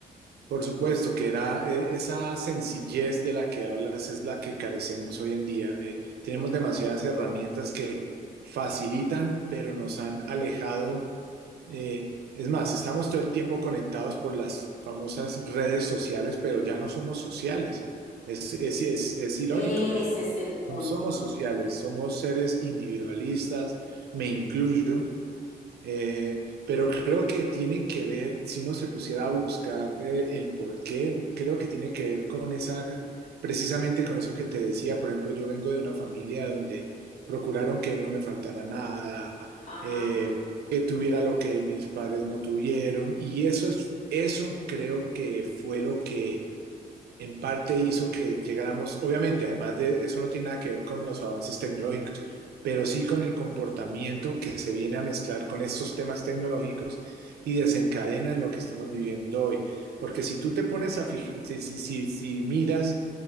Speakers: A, on the right; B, on the left.
A: Por supuesto que era eh, esa sencillez de la que hablas es la que carecemos hoy en día. Eh, tenemos
B: Sí.
A: demasiadas herramientas que facilitan, pero nos han alejado. eh, es más, estamos todo el tiempo conectados por las famosas redes sociales, pero ya no somos sociales. Es, es, es, es irónico,
B: Ese
A: pero
B: es el punto.
A: no somos sociales, somos seres individualistas, me incluyo. Eh, pero creo que tiene que ver, si uno se pusiera a buscar eh, el, por qué, creo que tiene que ver con esa, precisamente con eso que te decía. Por ejemplo, yo vengo de una familia donde procuraron que no me faltara nada,
B: Ajá.
A: eh, que tuviera lo que mis padres no tuvieron. Y eso es, eso creo que fue lo que en parte hizo que llegáramos, obviamente, además de eso no tiene nada que ver con los avances tecnológicos, pero sí con el comportamiento que se viene a mezclar con estos temas tecnológicos y desencadena en lo que estamos viviendo hoy. Porque si tú te pones a fijar, si, si, si si miras